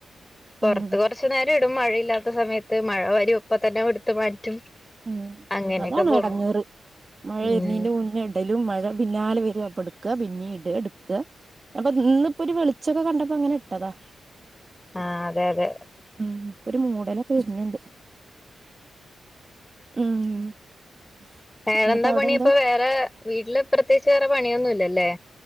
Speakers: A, on the left (about 15°); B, on the right (about 40°).
A: പുറത്ത്
B: ഉം
A: കുറച്ച് നേരം ഇടും മഴയില്ലാത്ത സമയത്ത് മഴ വരും ഒപ്പ തന്നെ ഇടുത്ത് മാറ്റും
B: ഉം
A: അങ്ങനെയൊക്കെ
B: അതാണ്
A: പോണു
B: ഇടങ്ങേറ് മഴ
A: ഉം
B: വരുന്നീന്റെ മുന്നെ ഇടലും മഴ പിന്നാലെ വരും അപ്പ ഇട്ക്ക പിന്നിം ഇട ഇട്ക്ക അപ്പൊ ഇന്ന് ഇപ്പൊ ഒരു വെളി ഉച്ചൊക്കെ കണ്ടപ്പോ അങ്ങനെ ഇട്ടതാ
A: ആഹ് അതെ അതെ
B: ഉം ഇപ്പൊ ഒരു മൂടലൊക്കെ വെര്ണ് ണ്ട് ഉം
A: വേറെന്താ
B: എന്നിട്ട് അവിടെ
A: പണി
B: എന്താ
A: അപ്പ വേറെ വീട്ടില് പ്രത്യേകിച്ച് വേറെ പണിയൊന്നുംല്ലലേ